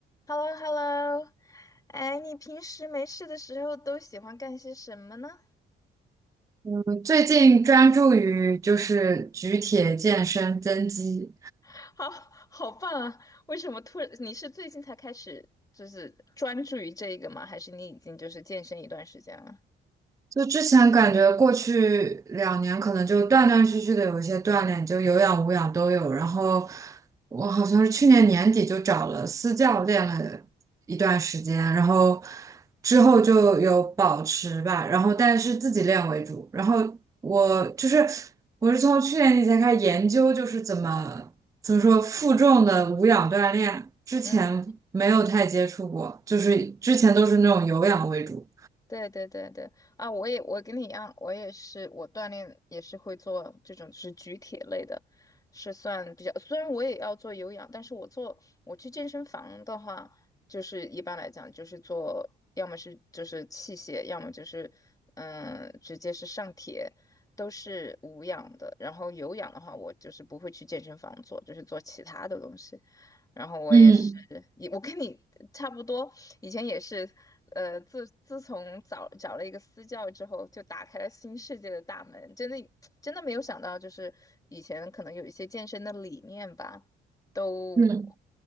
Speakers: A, on the left (about 15°); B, on the right (about 15°).
A: h e l l o h e l l o 哎，你平时没事的时候都喜欢干些什么呢？
B: 我最近专注于就是举铁健身增肌。
A: <laughs> 好，好棒啊！为什么突然？你是最近才开始就是专注于这个吗？还是你已经就是健身一段时间了？
B: 就之前感觉过去两年可能就断断续续的有一些锻炼，就有氧无氧都有。然后我好像是去年年底就找了私教练了一段时间，然后之后就有保持吧，然后但是自己练为主。然后我就是我是从去年底才开始研究，就是怎么怎么说负重的无氧锻炼，之前没有太接触过，
A: 嗯。
B: 就是之前都是那种有氧为主。
A: 对对对对啊！我也我跟你一样，我也是我锻炼也是会做这种是举铁类的，是算比较。虽然我也要做有氧，但是我做我去健身房的话，就是一般来讲就是做，要么是就是器械，要么就是嗯直接是上铁，都是无氧的。然后有氧的话，我就是不会去健身房做，就是做其他的东西。然后我也是，
B: 嗯
A: 也我跟你差不多，以前也是，呃，自自从找找了一个私教之后，就打开了新世界的大门。真的，<tsk> 真的没有想到，就是以前可能有一些健身的理念吧，都
B: 嗯。